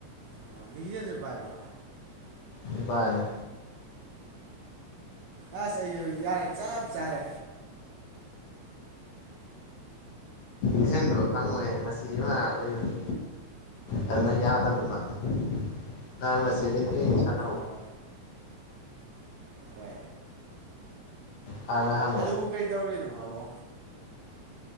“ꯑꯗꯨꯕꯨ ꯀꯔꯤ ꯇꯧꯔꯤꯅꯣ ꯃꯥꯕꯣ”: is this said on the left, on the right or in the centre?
Right